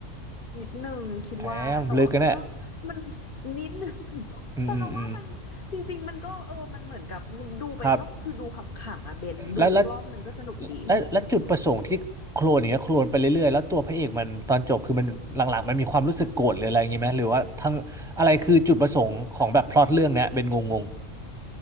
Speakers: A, on the left; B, in the centre.
A: นิดหนึ่งคิดว่าแต่ว่ามันก็
B: แถมลึกกันเนี่ย
A: มันนิดหนึ่ง <laughs>
B: อืมอืมอืม
A: แต่เราว่ามันจริงๆมันก็เออมันเหมือนกับดูไปก็คือดูขำๆอ่ะเบนดูสักรอบหนึ่งก็สนุกดี
B: ครับแล้วแล้ว และและจุดประสงค์ที่โคลนอย่างเงี้ยโคลนไปเรื่อยๆแล้วตัวพระเอกมันตอนจบคือมันหลังๆมันมีความรู้สึกโกรธหรืออะไรอย่างงี้ไหมหรือว่าทั้งอะไรคือจุดประสงค์ของแบบพล็อตเรื่องเนี้ยเป็นงง
A: เออ